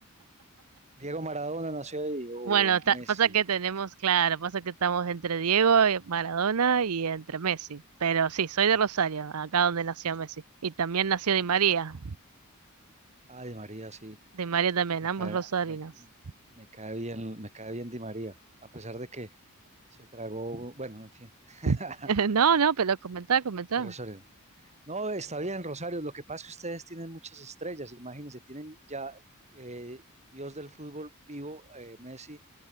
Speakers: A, on the right (about 30°); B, on the right (about 80°).
A: ¿Diego Maradona nació ahí o
B: Bueno, ta-
A: Messi?
B: pasa que tenemos, claro, pasa que estamos entre Diego y Maradona y entre Messi. Pero sí, soy de Rosario, acá donde nació Messi. Y también nació Di
A: Ah,
B: María.
A: ah, Di María, sí.
B: Di María también,
A: Me
B: ambos
A: cae,
B: rosarinos.
A: me, me cae bien, me cae bien Di María, a pesar de que se tragó, bueno, en fin, <laughs>
B: <laughs> No, no, pero comentá, comentá.
A: de Rosario. No, está bien, Rosario. Lo que pasa es que ustedes tienen muchas estrellas, imagínense, tienen ya eh, Dios del fútbol vivo, eh, Messi,